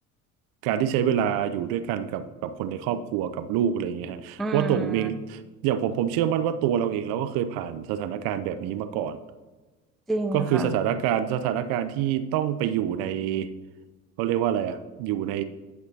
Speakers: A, on the right; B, in the centre.
A: การที่ใช้เวลาอยู่ด้วยกันกับกับคนในครอบครัวกับลูกอะไรอย่างเงี้ยฮะเพราะว่าตัวผมเอง
B: อืม
A: อย่างผมผมเชื่อมั่นว่าตัวเราเองเราก็เคยผ่านสถานการณ์แบบนี้มาก่อน
B: จริงค่ะ
A: ก็คือสถานการณ์สถานการณ์ที่ต้องไปอยู่ในเขาเรียกว่าอะไรอะอยู่ใน